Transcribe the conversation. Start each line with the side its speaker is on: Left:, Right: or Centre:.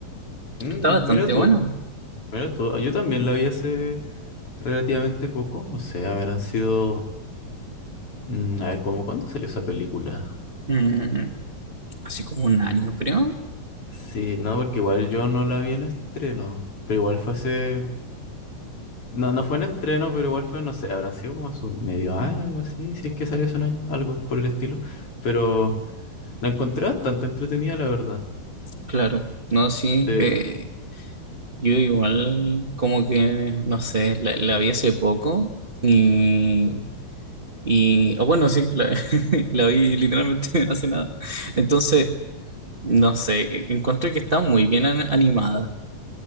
Left: Mm,
Right: está bastante
Left: mira tú,
Right: bueno.
Left: mira tú. Yo también la vi hace relativamente poco. No sé, habrán sido... mm, a ver, ¿cómo cuándo salió esa película?
Right: Mm, así como un año, creo.
Left: Sí, no, porque igual yo no la vi en estreno. Pero igual fue hace... No, no fue en estreno, pero igual fue, no sé, habrán sido como su medio año, algo así. Si es que salió hace un año, algo por el estilo. Pero... La encontré bastante entretenida, la verdad.
Right: Claro, no, sí.
Left: Eh,
Right: eh, yo igual, como que, no sé, la, la vi hace poco. Y Y, o bueno, sí, la, <laughs> la vi literalmente <laughs> hace nada. Entonces, no sé, e- encontré que está muy bien an- animada.